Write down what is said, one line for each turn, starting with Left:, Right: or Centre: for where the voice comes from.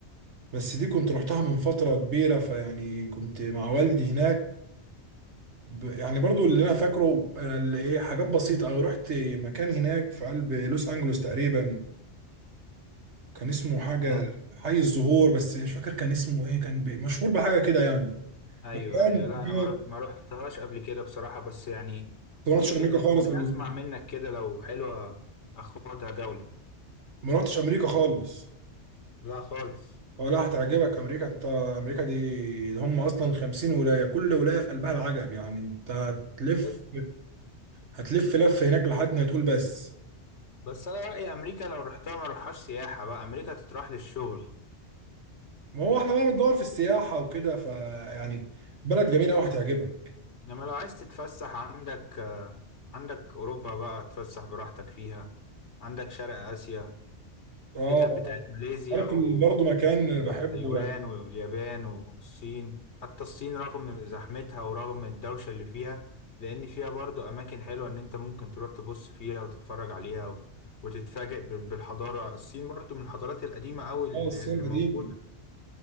Right: بس دي كنت رحتها من فتره كبيره فيعني كنت مع والدي هناك ب- يعني برضو اللي انا فاكره انا اللي ايه حاجات بسيطه او رحت مكان هناك في قلب لوس انجلوس تقريبا كان اسمه حاجه
Left: ايوه
Right: حي الزهور بس مش فاكر كان اسمه ايه كان ب- مشهور بحاجه كده يعني
Left: ايوه
Right: مكان
Left: ايوه لا
Right: مكان-
Left: انا ما رحت ما رحتهاش قبل كده بصراحه بس يعني
Right: ما
Left: ممكن
Right: رحتش امريكا خالص
Left: ممكن
Right: قبل كده
Left: اسمع منك كده لو حلوه اخدها جوله
Right: ما رحتش امريكا خالص
Left: لا خالص
Right: اه لا هتعجبك امريكا انت امريكا دي ده هم اصلا 50 ولايه كل ولايه في قلبها العجب يعني انت هتلف
Left: بس
Right: هتلف لف هناك لحد ما تقول بس
Left: بس انا رايي امريكا لو رحتها ما روحهاش سياحه بقى امريكا تتراح للشغل
Right: ما هو احنا بقى بندور في السياحه وكده فيعني بلد جميله قوي هتعجبك
Left: انما لو عايز تتفسح عندك آه، عندك اوروبا بقى تتفسح براحتك فيها عندك شرق اسيا
Right: اه
Left: حتت
Right: آه.
Left: بتاعت ماليزيا
Right: عارف
Left: و...
Right: ال- برضه مكان
Left: وتايوان
Right: بحبه يعني
Left: واليابان والصين حتى الصين رغم زحمتها ورغم الدوشه اللي فيها لان فيها برضو اماكن حلوه ان انت ممكن تروح تبص فيها وتتفرج عليها و... وتتفاجئ بال- بالحضاره الصين برضو من الحضارات القديمه قوي اللي
Right: اه الصين
Left: اللي
Right: القديم
Left: موجوده